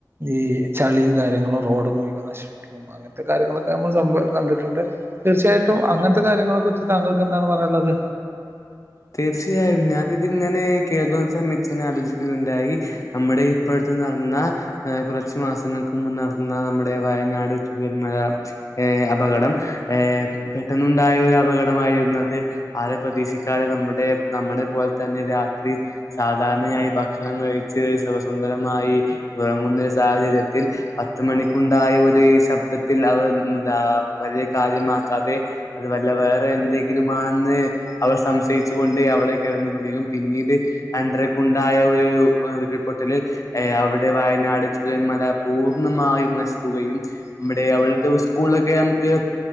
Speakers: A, on the right; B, on the left.
A: ഈ ചളീം കാര്യങ്ങളും റോ ഡ് മുഴുവൻ നശിക്കും അങ്ങനത്തെ കാര്യങ്ങളൊക്കെ നമ്മൾ സംഭവം കണ്ടിട്ട്ണ്ട്. തീർച്ചയായിട്ടും അങ്ങനത്തെ കാര്യങ്ങളൊക്കെ വെച്ച് താങ്കൾക്ക് എന്താണ് പറയാള്ളത്?
B: തീർച്ചയായും ഞാൻ ഇതിങ്ങനെ കേൾക്കുന്ന സമയത്ത് എന്നാലോചിക്കുകയുണ്ടായി. നമ്മുടെ ഇപ്പടുത്ത് നടന്ന കുറച്ചു മാസങ്ങൾക്ക് മുമ്പ് നടന്ന- നമ്മുടെ വയനാട് ചൂരൽമഴ ഏഹ് അപകടം ഏഹ് പെട്ടെന്നുണ്ടായ ഒരു അപകടം- മായിരുന്നത് ആരെ പ്രതീക്ഷിക്ക നമ്മുടെ നമ്മളെ പോലെ തന്നെ രാത്രി സാധാരണയായി ഭക്ഷണം കഴിച്ച് സുഖസുന്ദ രമായി ഉറങ്ങുന്ന ഒരു സാഹചര്യത്തിൽ പത്ത് മണിക്കുണ്ടായ ഒരു ശബ്ദത്തിൽ അവർ- എന്താ വലിയ കാര്യമാക്കാതെ അത് വല്ല വേറെ എന്തെങ്കിലുംമാണെന്ന് അവർ- സംശയിച്ചുകൊണ്ട് അവിടെ കിടന്നപ്പൊത്തേക്കും പിന്നീട് രണ്ട്രക്കുണ്ടായ ഒരു ഏഹ് ഉരുൾപൊട്ടലിൽ- ഏ അവിടെ വയനാട് ചൂരൽമല പൂർണ്ണമായും നശിക്കുകയും നമ്മുടെ അവിടുത്തെ ഉസ് സ്കൂളിലൊക്കെ നമുക്ക്